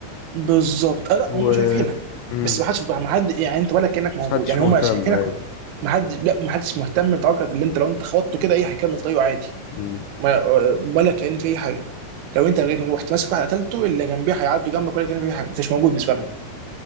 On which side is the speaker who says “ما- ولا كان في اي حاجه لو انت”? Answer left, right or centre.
Right